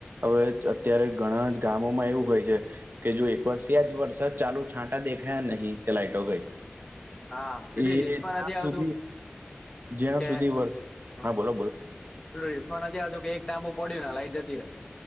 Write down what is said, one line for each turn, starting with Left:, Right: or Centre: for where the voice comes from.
Right: હવે અત્યારે જ ઘણા ગામોમાં એવું હોય છે, કે જો એક વાર સ્હેજ વરસાદ ચાલુ છાંટા દેખાયા નહીં, કે લાઇટો ગઈ,
Left: હા પેલી
Right: એ
Left: રિલ્સમા
Right: જ્યાં
Left: નથી આવતું,
Right: સુધી જ્યાં
Left: કે
Right: સુધી વરસાદ
Left: હ, હા.
Right: બોલો બોલો
Left: પેલું રીલ્સમાં નથી આવતું, કે એક ટામબુ પડ્યું ના લાઈટ જતી રહી.